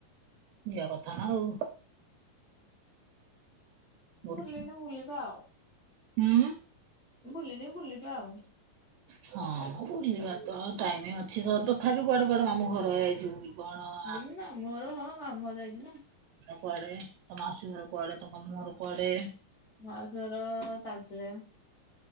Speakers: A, on the right; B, on the left.
A: ଯିବା କଥା ନା ଆଉ। ବୁଲି
B: ବୁଲିନି ବୁଲିବା ଆଉ।
A: ହୁଁ।
B: ବୁଲିିନି ବୁଲିବା ଆଉ।
A: ହଁଁ ବୁଲିବା ତ ଟାଇମ ଅଛି ତଥାପି କୁଆଡେ କୁଆଡେ ମାମୁଁ ଘରଇ ଯାଇଥିବୁ କି କଣ?
B: ହୁଁ
A: ଆ
B: ମାମୁଁ ଘର ହଁ ମାମୁଁ ଘର ଯାଇଛିନା।
A: କୁଆଡେ ତୋ ମାଉସୀ ଘର କୁଆଡେ ତୋ ମାମୁଁ ଘର କୁଆଡେ?
B: ମାଉସି ଘର ତାଲଚେରେ।